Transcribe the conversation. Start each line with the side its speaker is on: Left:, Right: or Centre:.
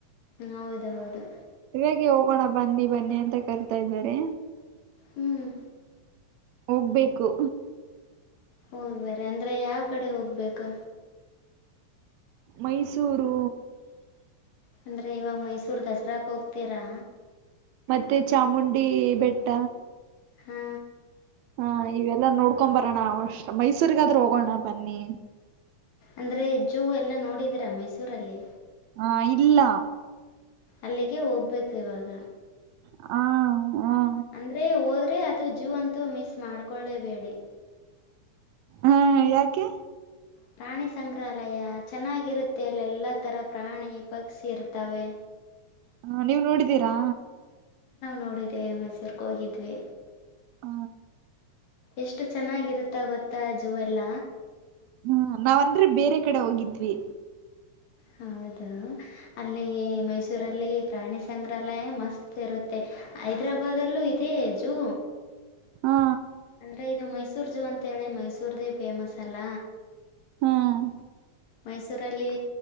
Left: ಹೌದೌದು
Right: ಹ ಹೇಗೆ ಹೋಗೋಣ ಬನ್ನಿ ಬನ್ನಿ ಅಂತ ಕರಿತಾ ಇದ್ದಾರೆ
Left: ಹ್ಮ್
Right: ಹೋಗ್ಬೇಕು
Left: ಹೋಗ್ಬೇರ ಅಂದ್ರೆ ಯಾವ ಕಡೆ ಹೋಗ್ಬೇಕು
Right: ಮೈಸೂರು
Left: ಅಂದ್ರೆ ಇವಾಗ ಮೈಸೂರು ದಸರಾಕ್ಕೆ ಹೋಗ್ತೀರಾ
Right: ಮತ್ತೆ ಚಾಮುಂಡಿ ಬೆಟ್ಟ
Left: ಹಾ
Right: ಹಾ ಇವೆಲ್ಲಾ ನೋಡ್ಕೊ್ ಬರೋಣ ಅಷ್ಟ ಮೈಸೂರಿಗಾದ್ರೂ ಹೋಗೋಣ ಬನ್ನಿ
Left: ಅಂದ್ರೆ ಜೂ ಎಲ್ಲ ನೋಡಿದೀರಾ ಮೈಸೂರಲ್ಲಿ
Right: ಹಾ ಇಲ್ಲ
Left: ಅಲ್ಲಿಗೆ ಹೋಗ್ಬೇಕು ಇವಾಗ
Right: ಹ ಹ
Left: ಅಂದ್ರೆ ಹೋದ್ರೆ ಅದು ಜೂ ಅಂತೂ ಮಿಸ್ ಮಾಡ್ಕೊೊಳ್ಳೇಬೇಡಿ
Right: ಹ್ಮ್ ಯಾಕೆ
Left: ಪ್ರಾಣಿ ಸಂಗ್ರಹಾಲಯ ಚೆನ್ನಾಗಿರುತ್ತೆ ಅಲ್ಲಿ ಎಲ್ಲ ತಥರ ಪ್ರಾಣಿ ಪಕ್ಷಿ ಇರ್ತವೆ
Right: ಹ ನೀವು ನೋಡಿದ್ದೀರಾ
Left: ನೋಡಿದೆೇವೆ ಮೈಸೂರ್ಗೆ ಹೋಗಿದ್ವಿ
Right: ಹ
Left: ಎಷ್ಟು ಚೆನ್ನಾಗಿರುತ್ತಾ ಗೊತ್ತಾ ಜೂ ಎಲ್ಲ
Right: ಹ್ಮ ನಾವಂದ್ರೆ ಬೇರೆ ಕಡೆ ಹೋಗಿದ್ವಿ
Left: ಹೌದು ಅಲ್ಲಿ ಮೈಸೂರಲ್ಲಿ ಪ್ರಾಣಿ ಸಂಗ್ರಹಾಲಯ ಮಸ್ತ್ ಇರುತ್ತೆ ಹೈದ್ರಾಬಾದಲ್ಲೂ ಇದೆಜು
Right: ಹಾ
Left: ಅಂದ್ರೆ ಇದು ಮೈಸೂರ್ ಜಝು ಅಂತ ಹೇಳಿ ಮೈಸೂರ್ದೇ ಫೇಮಸ್ ಅಲ್ಲ
Right: ಹ್ಮ್
Left: ಮೈಸೂರಲ್ಲಿ